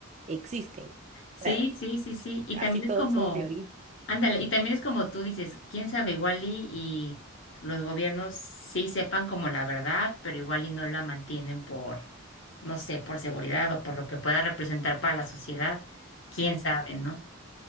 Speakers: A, on the right; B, on the left.
A: existen.
B: Sí,
A: O sea,
B: sí, sí, sí. Y
A: casi
B: también
A: todos
B: es como,
A: son teorías.
B: ándale, y también es como tú dices, quién sabe, igual y, y los gobiernos sí sepan como la verdad, pero igual y no la mantienen por, no sé, por seguridad o por lo que pueda representar para la sociedad, quién sabe, ¿no?